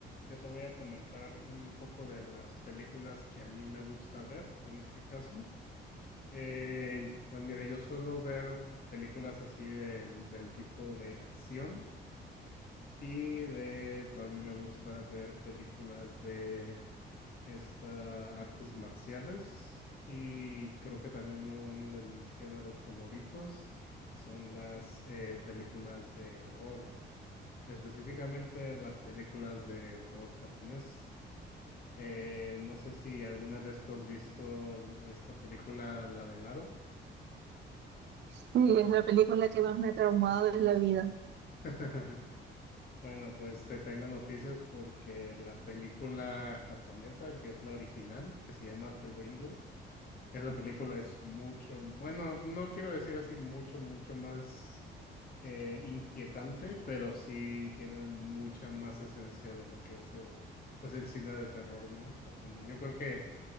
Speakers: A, on the left; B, on the right.
A: yo te voy a comentar un poco de las películas que a mí me gusta ver, en este caso. Eh, pues mira, yo suelo ver películas así del, del tipo de acción y de, para mí me gusta ver películas de esta, artes marciales y creo que también uno, uno de mis géneros favoritos son las eh, películas de horror específicamente las películas de horror japonés. Eh, no sé si alguna vez tú has visto esta película, la del Aro.
B: Sí, es la película que más me ha traumado en la vida.
A: <laughs> Bueno, pues te tengo noticias porque la película japonesa, que es la original, que se llama The Ringu, esa película es mucho, bueno, no quiero decir así mucho, mucho más eh, inquietante, pero sí tiene mucha más esencia de lo que es el, pues el cine de terror, ¿no? Japonés. Yo creo que